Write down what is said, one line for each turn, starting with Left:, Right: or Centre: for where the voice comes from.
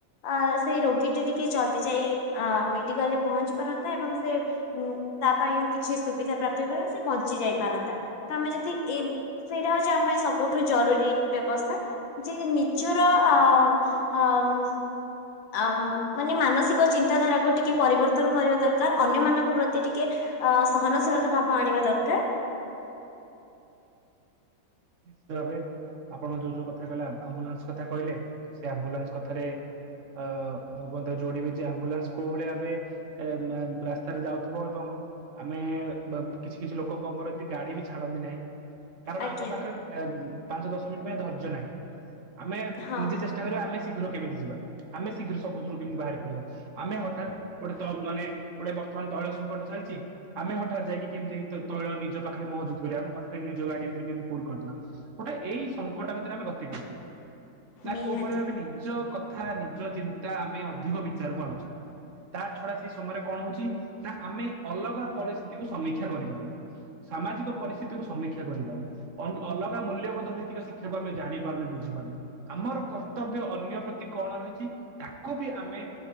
Left: ଆ ସେଇ ରୋଗୀଟି ଟିକେ ଜଲ୍ଦି ଯାଇ ଆ ମେଡ଼ିକାଲରେ ପହଞ୍ଚି ପାରନ୍ତା ଏବଂ ସେ ଉ ତା ପାଇଁ କିଛି ସୁବିଧା ପ୍ରାପ୍ତ ହେଇପାରନ୍ତା ସେ ବଞ୍ଚି ଯାଇ ପାରନ୍ତା ତ ଆମେ ଯଦି ଏ ସେଇଟା ହଉଛି ଆମ ପାଇଁ ସବୁଠୁ ଜରୁରୀ ବ୍ୟବସ୍ଥା ଯେ ନିଜର ଆ ଆମ ଅ ମାନେ ମାନସିକ ଚିନ୍ତାଧାରାକୁ ଟିକେ ପରିବର୍ତ୍ତନ କରିବା ଦରକାର ଅନ୍ୟମାନନଙ୍କ ପ୍ରତି ଟିକେ ଅ ସହନଶୀଳତା ଭାବ ଆଣିବା ଦରକାର।
Right: ନିଶ୍ଚିତ ଭାବେ ଆପଣ ଯୋଉ ଯୋଉ କଥା କହିଲେ ଆମ୍ବୁଲାନ୍ସ କଥା କହିଲେ ସେ ଆମ୍ବୁଲାନ୍ସ କଥାରେ ଅ ମୁଁ ମଧ୍ୟ ଯୋଡିବି ଯେ ଆମ୍ବୁଲାନ୍ସ କୋଉ ଭଳି ଭାବେ ଏ ଆମ୍ ଆମ ରାସ୍ତାରେ ଯାଉଥିବ ଏବଂ ଆମେ ବ କିଛି କିଛି ଲୋକ କଣ କରନ୍ତି ଗାଡି ବି ଛାଡନ୍ତି ନାହିଁ। କାରଣ
Left: ଆଜ୍ଞା
Right: ଆମ ପାଖରେ ପାଞ୍ଚ ଦଶ ମିନିଟ୍ ପାଇଁ ଧର୍ଯ୍ୟ ନାହିଁ। ଆମେ
Left: ହଁ
Right: ନିଜେ ଚେଷ୍ଟା କରିବା ଆମେ ଶୀଘ୍ର କେମିତି ଯିବା ଆମେ ଶୀଘ୍ର ସବୁଦିନରୁ କେମିତି ବାହାରି ପଡିବା ।ଆମେ ହଠାତ୍ ଗୋଟେ ମାନେ ଗୋଟେ ବର୍ତ୍ତମାନ ତୈଳ ସଙ୍କଟ ଚାଲିଛି, ଆମେ ହଠାତ୍ ଯାଇକି କେମତି ତୈଳ ନିଜ ପାଖରେ ମହଜୁଦ କରିବା। ଆମ ପାଖରେ ନିଜ ଗାଡି ଭିତରେ ଫୁଲ କରିଦବା ଗୋଟେ ଏଇ ସଙ୍କଟା ଭିତରେ ଆମେ ଗତି କରୁଛୁ। ନା
Left: ନିହାତି
Right: କୋଉ ଭଳି ଭାବେ ନିଜ କ କଥା ନିଜ ଚିନ୍ତା ଆମେ ଅଧିକ ବିଚାରକୁ ଆଣୁଛୁ ତା ଛଡା, ସେ ସମୟରେ କଣ ହଉଛି ନା ଆମେ ଅଲଗା ପରିସ୍ଥିତିକୁ ସମୀକ୍ଷା କରିପାରୁନୁ ।ସାମାଜିକ ପରିସ୍ଥିତିକୁ ସମୀକ୍ଷା କରିପାରୁନୁ, ଅ ଅଲଗା ମୂଲ୍ୟବୋଧ ଭିତ୍ତିକ ଶିକ୍ଷାକୁ ଆମେ ଜାଣିପାରୁନୁ ବୁଝିପାରୁନେ ଆମର କର୍ତ୍ତବ୍ୟ ଅନ୍ୟ ପ୍ରତି କଣ ରହିଛି ତାକୁ ବି ଆମେ